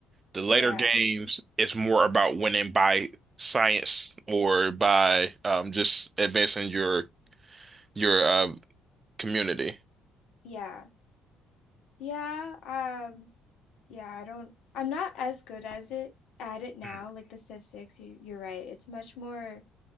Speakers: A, on the right; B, on the left.
A: The later
B: Yeah.
A: games it's more about winning by science or by um just advancing your your uh community.
B: Yeah. Yeah. Um yeah, I don't I'm not as good as it at it now
A: Mhm.
B: like the Civ 6 you you're right. It's much more